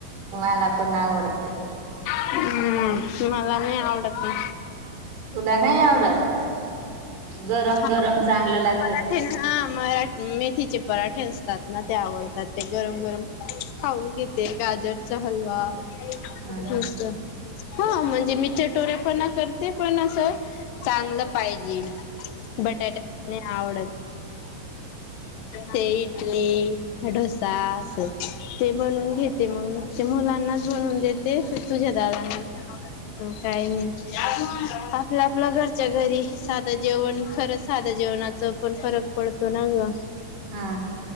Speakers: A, on the right (about 80°); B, on the left (about 90°).
A: मला पण आवडतं.
B: हम्म. मला नाही आवडत ते.
A: तुला नाही आवडत गरम
B: हा
A: गरम चांगलं लाग
B: पराठे हा मला मेथीचे पराठे असतात ना ते आवड आता ते गरम, गरम खाऊन घेते. गाजरचा हलवा
A: हा
B: हं तर हा म्हजे मी चिटोरेपणा करते पण असं चांगलं पाहिजे बटाट्या नाय आवडत. ते इडली डोसा अस ते बनून घेते, मग ग ते मुलांनाच बनवुन देते. तुझ्या दादानी हा. काही नाही. आपल्या, आपल्या घरच्या घरी साधं जेवण खरं साध जेवणाच पण फरक पडतो ना ग.
A: हा.